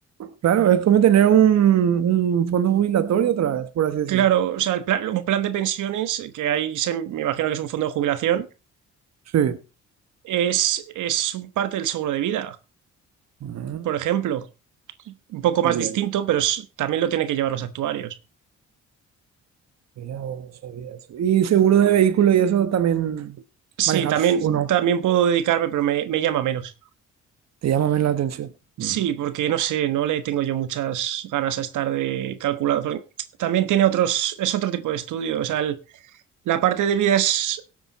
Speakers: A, on the right; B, on the right.
A: claro, es como tener un, un fondo jubilatorio otra vez, por así decir.
B: Claro, o sea, el plan- un plan de pensiones, que ahí se, me imagino que es un fondo de jubilación,
A: Sí.
B: es, es un parte del seguro de vida,
A: Mm,
B: por ejemplo. Un poco
A: También.
B: más distinto, pero es- también lo tienen que llevar los actuarios.
A: Mira, no sabía eso. Y seguro de vehículo y eso también
B: Sí,
A: manejas
B: también,
A: o no.
B: también puedo dedicarme, pero me, me llama menos.
A: Te llama menos la atención. Mm.
B: Sí, porque no sé, no le tengo yo muchas ganas a estar de calculado. porque También tiene otros, es otro tipo de estudio. O sea, el- la parte de vida es,